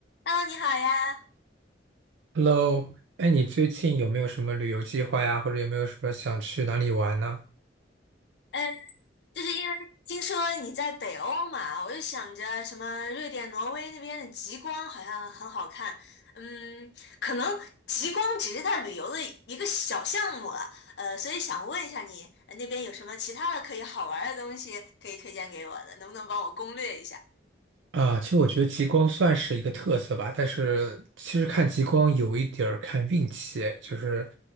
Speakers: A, on the left; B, on the right.
A: Hello，你好呀。
B: Hello，哎，你最近有没有什么旅游计划呀？或者有没有什么想去哪里玩呢？
A: 嗯，就是因为听说你在北欧嘛，我就想着什么瑞典、挪威那边的极光好像很好看。嗯，可能极光只是它旅游的一个小项目了。呃，所以想问一下你，呃那边有什么其他的可以好玩儿的东西可以推荐给我的？能不能帮我攻略一下？
B: 啊，其实我觉得极光算是一个特色吧，但是其实看极光有一点儿看运气，哎就是